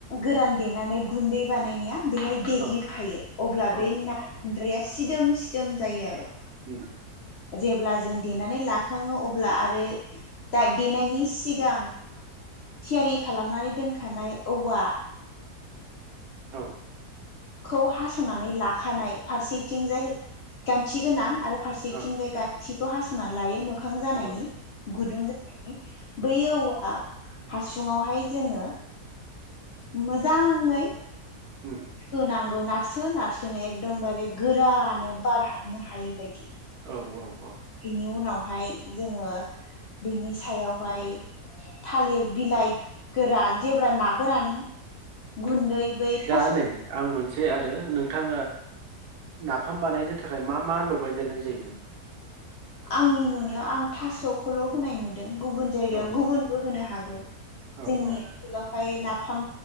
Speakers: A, on the left; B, on the right.
A: गोरान देनानै गुन्दै बानायनाया। बेहाय देग्लिफायो
B: औ
A: अब्ला
B: औ
A: बे ना गुनद्राया सिदोम सिदोम जायो आरो।
B: <unintelligible>
A: जेब्ला जों देनानै लाखाङो अब्ला आरो दा देनायनि सिगां थियारि खालामनानै दोनखानाय औवा।
B: औ।
A: खौ हास'नानै लाखानाय। फारसेथिंजाय गान्थि गोनां आरो फारसेथिंजाय
B: औ
A: खौ हास'नानै लायो मो मोखां जानायनि
B: औ
A: गुदुं जानायनि बै औवा। हासुुंआवहाय जोङो मोजाङै।
B: उम।
A: होनांगौ नारसो नारसोनो एकदम बारे गोरानो बार हाबनो हायि बायदि।
B: औ औ। औ
A: बेनि उनावहाय जोङो बिनि सायावहाय थालिर बिलाइ गोरान जेब्ला ना गोरान गुन्दै बै थास'
B: दा नै आं मोनसे आरो नों थां नाफाम बानायनो थाखाय मा मा लगायदेरनाय जायो माने।
A: आंनि नुनायाव आं थास'खौल' होनाय नुदों। गुबुन जायगायाव
B: औ
A: गुबुनबो होनो हागोन। आरो।
B: औ
A: जोंनि
B: औ
A: ओनसोलावहाय ना फाम